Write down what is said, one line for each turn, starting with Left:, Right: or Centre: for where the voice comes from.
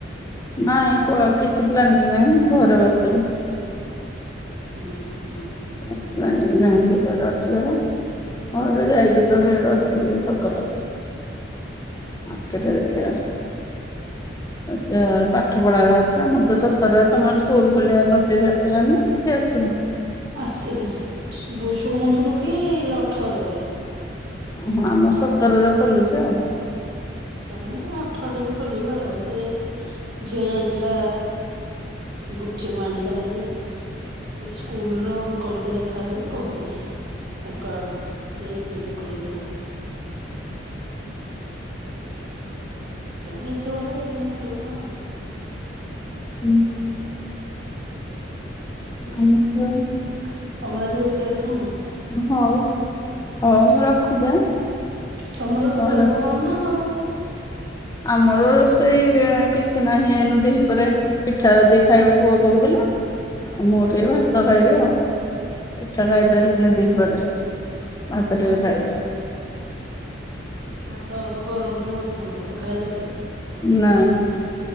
Left: ନାଇଁ କୁଅ ଆଉ କିଛି ପ୍ଲାନିଂ ନାହିଁ ଘରେ ବସିବୁ।
Right: ହୁଁ ହୁଁ।
Left: ପ୍ଲାନିଙ୍ଗ ନାଇଁ କିଏ କୁଆଡେ ଆସିବାର। ହଁ ଏଠୁ ଯାଇକି ତ ରୋଷେଇ ବାସ କର। ମାର୍କେଟରେ
Right: ହୁଁ
Left: ଦେଖିବା। ଆଚ୍ଛା ପାଠ ପଢ଼ାର ଅଛି ଆମର ତ ସତରେ ତମର ସ୍କୁଲ ଖୋଲିବା ନୋଟିସ୍ ଆସିଲାଣିି ନା। କିଛି ଆସିନି।
Right: ଆସିନି ବୁ ଶୁଣୁଥିଲୁ କି ଅଠରେ ବୋଲି।
Left: ଓହୋ ଆମ ସତରରେ ଖୋଲୁଛି ଆଉ।
Right: ତାମାନେ ଅଠରରେ ବି ଖୋଲିବ ଆଉ ସେ ଝିଅ ଯାଇଥିଲା ଗୁପ୍ ଚୁପ୍ ଆଣି କାଲି ଯେ ସ୍କୁଲ ର ଅଙ୍କଲ କି ଦେଖା ହେଲା ଯେ କହୁଥିଲେ। ତାଙ୍କ ଆଡୁ ଏଇ ତିନିରେ ଖୋଲିବ। ତ ହେଇଥିବ ବୋଧେ ଏଠି ଦିନ ଖୋଲିବ କଣ।
Left: ହୁଁ।
Right: ତମର
Left: ଓହୋ।
Right: ଆଜି ରୋଷେଇ ବାସ କଣ।
Left: ହଉ ହଉ ମୁଁ ରଖୁଛି ଆଁ।
Right: ତମର ରୋଷେଇ
Left: ପରେ
Right: ବାସ କଣ ନା ହଉ।
Left: ଆମର ରୋଷେଇ କିଛି ନାହିଁ ଏନୁ ଦିହି ପରେ। ପିଠା ଯଦି ଖାଇବ ପୁଅ କହୁଥିଲା ଆଉ ମୁଁ ଟିକେ ଭାତ ଖାଇବି ଆଉ। ପିଠା ଖାଇ ପାରିବିନି ଦିହି ପରେ ଭାତ ଟିକେ
Right: ଓକେ
Left: ଖାଇବି।
Right: ଭାତ ଗରମ ଥିବ ବୋଧେ ତମର ପଖାଳ ହେଇନଥିବ।
Left: ନା।